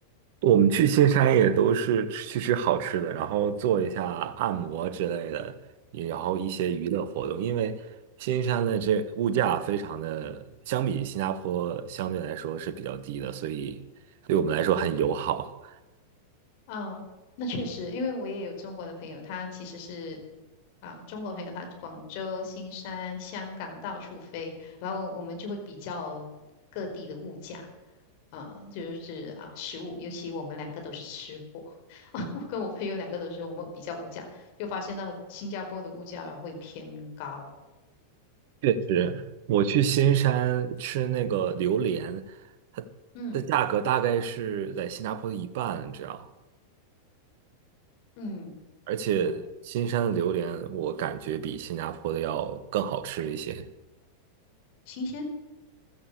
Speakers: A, on the right; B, on the left.
A: 我们去新山也都是去吃好吃的，然后做一下按摩之类的，也然后一些娱乐活动。因为新山的这物价非常的，相比新加坡相对来说是比较低的，所以对我们来说很友好。
B: 啊，那确实，因为我也有中国的朋友，他其实是啊，中国朋友他广州、新山、香港到处飞，然后我们就会比较各地的物价啊，就是啊食物，尤其我们两个都是吃货，<laughs> 我跟我朋友两个都是我们比较物价，就发现到新加坡的物价会偏高，
A: 确实，我去新山吃那个榴莲，它的价格大概是在新加坡的一半你知道？
B: 嗯嗯
A: 而且新山的榴莲我感觉比新加坡的要更好吃一些。
B: 嗯，呃新鲜